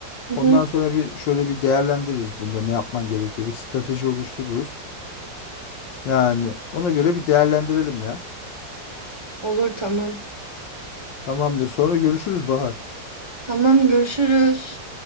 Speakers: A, on the right (about 30°); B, on the left (about 90°).
A: Hı hı.
B: Ondan sonra bir şöyle bir değerlendiririz bunda ne yapman gerekiyor. Bir strateji oluştururuz. Yani ona göre bir değerlendirelim ya.
A: Olur, tamam.
B: Tamamdır. Sonra görüşürüz Bahar.
A: Tamam, görüşürüz.